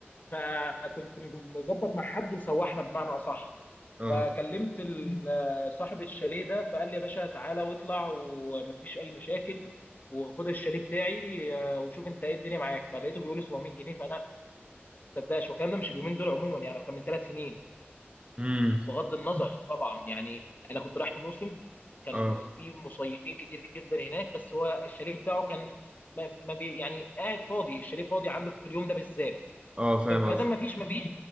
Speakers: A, on the left; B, on the right.
A: فكنت مظبط مع حد وسوحنا بمعنى اصح
B: اه
A: فكلمت ال- صاحب الشاليه ده فقال لي يا باشا تعالى واطلع ومفيش اي مشاكل وخد الشاليه بتاعي آه، وشوف انت ايه الدنيا معاك فلقيته بيقول لي 700 جنيه فانا ما صدقش والكلام ده مش اليومين دول عموما يعني هو كان من ثلاث سنين
B: امم
A: بغض النظر طبعا يعني انا كنت رايح في موسم كان
B: اه
A: في مصيفين كتير جدا هناك بس هو الشاليه بتاعه كان ما ما بي يعني قاعد فاضي الشاليه فاضي عنده في اليوم ده بالذات
B: اه فاهم
A: فما
B: قصدك
A: دام ما فيش مبيت